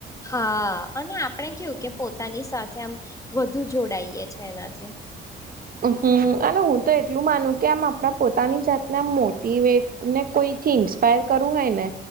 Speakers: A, on the left; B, on the right.
A: હા અને આપણે કેવું કે પોતાની સાથે આમ વધુ જોડાઈએ છે એનાથી
B: હમ અને હું તો એટલું માનું કે આમ આપણા પોતાની જાતને આમ મોટવેટ ને કોઈ થી ઇન્પાયર કરવું હોય ને